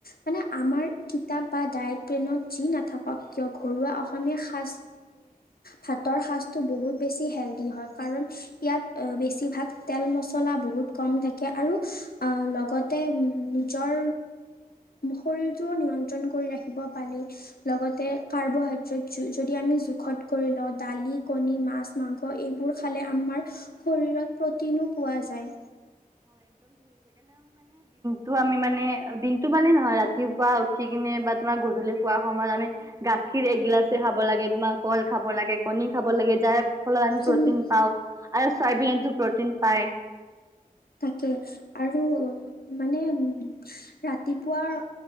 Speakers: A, on the left (about 80°); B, on the right (about 20°).
A: মানে আমাৰ কিতাপ বা ডায়ক প্ৰেনত যি নাথাকক কিয় ঘৰুৱা অসমীয়া শাজ ভাতৰ সাজটো বহুত বেছি হেলডি হয়। কাৰণ ইয়াত বেছি ভাগ তেল মছলা বহুত কম থাকে আৰু লগতে নিজৰ শৰীৰটো নিয়ন্ত্ৰণ কৰি ৰাখিব পাৰি। লগতে কাৰ্বহাইড্ৰেট যদি আমি জোখত কৰি লওঁ দালি কণী মাছ মাংস এইবোৰ খালে আমাৰ শৰীৰত। প্ৰটিনো পোৱা যায়।
B: তো আমি মানে দিনতটো পালে হয়। ৰাতিপুৱা উঠি কিনে বা তোমাৰ গধূলি খোৱাৰ সময়ত আমি গা কীৰ একগিলাচে খাব লাগে তোমাৰ কল খাব লাগে কণী খাব লাগে যাৰ ফলত আমি প্ৰটিন
A: উম
B: পাওঁ আৰু চয়াবিনতো প্ৰটিন পায়।
A: থাকে আৰু মানে উম ৰাতিপুৱা